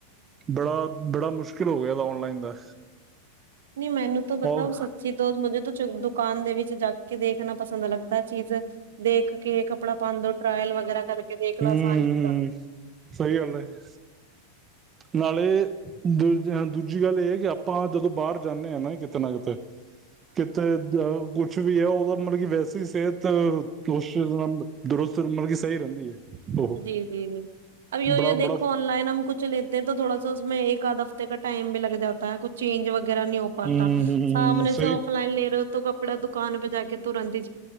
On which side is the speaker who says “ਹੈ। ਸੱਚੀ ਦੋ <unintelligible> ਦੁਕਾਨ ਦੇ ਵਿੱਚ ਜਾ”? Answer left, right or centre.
Right